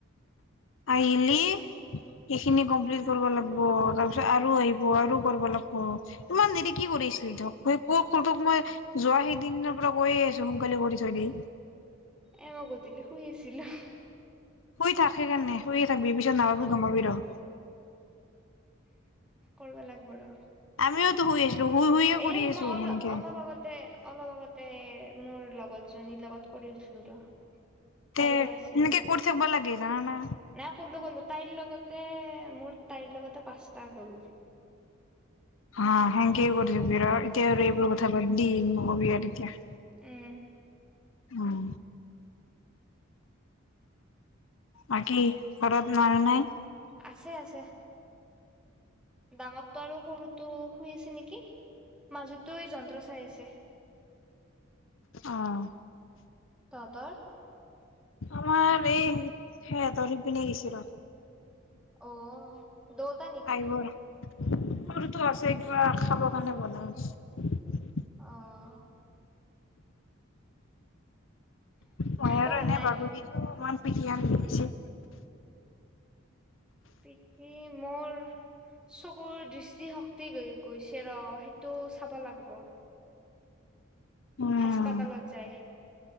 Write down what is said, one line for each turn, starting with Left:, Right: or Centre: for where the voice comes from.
Left: আহিলি সেইখিনি কমপ্লিট কৰিব লাগিব তাৰপিছত আৰু আহিব আৰু কৰিব লাগিব ইমান দেৰি কি কৰিছিলি কত ত মই যোৱা সেইদিনৰ পৰা কৈয়ে আছো সোনকালে কৰি থৈ দি।
Centre: এই ৰ গধূলি শুই আছিলো।
Left: শুই থাক সেইকাৰণে শুৱে থাকিবি পিছত নাপাবি গম পাবি ৰ।
Centre: কৰবা লাগিব ৰ।
Left: আমওতো শুই আছো। শুই শুইয়ে
Centre: এ
Left: কৰি
Centre: মই অলপ-
Left: সেনেকে
Centre: অলপ আগতে- অলপ আগতে মোৰ লগত জনী লগত কৰি উঠলো ৰ। তাইৰো
Left: তে
Centre: আছিল
Left: এনেকে কৰি থাকিব লাগে। জানানা
Centre: নাই কলো ক'লো। তাইৰ লগতে মোৰ তাইৰ লগতে পাঁচটা গ'ল।
Left: অ ' হেনেকে এতিয়া এইবোৰ কথা বাদ দি হ'বি আৰু এতিয়া।
Centre: উম,
Left: উম, বাকী ঘৰত মাৰো নাই।
Centre: আছে -আছে ডাঙৰটো আৰু সৰুটো শুই আছে নেকি মাজুো যন্ত্ৰ চাই আছে।
Left: আহ
Centre: তহঁতৰ
Left: আমাৰ এই হ তৰি পনে গিছিল।
Centre: অ' দটা নেকি?
Left: আহিব ৰ সৰুটো আছে কিবা খাবৰ কাৰণে বনাাই
Centre: অ '
Left: তই আৰু
Centre: পঢ়া
Left: এনে
Centre: নাই
Left: ভাগিছো ইমান। পিঠিখন বিখালে
Centre: পিঠি মোৰ। চকুৰ দৃষ্টিশক্তি গ গৈছে ৰ সেইটো চাব লাগিব।
Left: উম
Centre: হাস্পাতালত যায়।